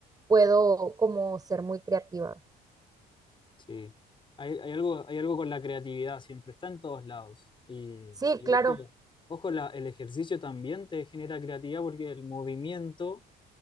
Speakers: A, on the right; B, on the left.
A: puedo como ser muy creativa.
B: sí. Hay, hay algo, hay algo con la creatividad, siempre está en todos lados. Y,
A: Sí,
B: y
A: claro,
B: ojo, ojo la- el ejercicio también te genera creatividad porque el movimiento